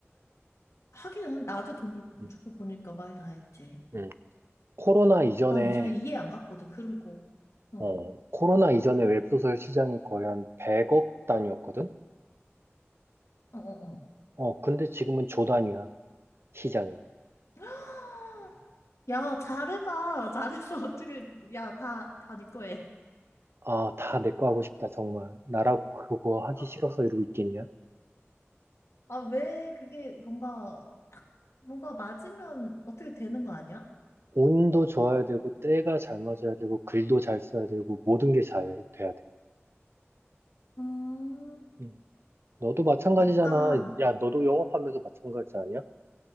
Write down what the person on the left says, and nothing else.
하기는 나도 돈
주고 보니까 말 다 했지.
난 예전에 이해 안 갔거든, 그런 거. 어,
어, 어, 어.
<gasps> 야, 잘해봐. 잘했어. <laughs> 어떻게, 야, 다, 다 네 거에.
어,
아, 왜 그게 뭔가, 딱 뭔가 맞으면 어떻게 되는 거 아니야?
음,
약간,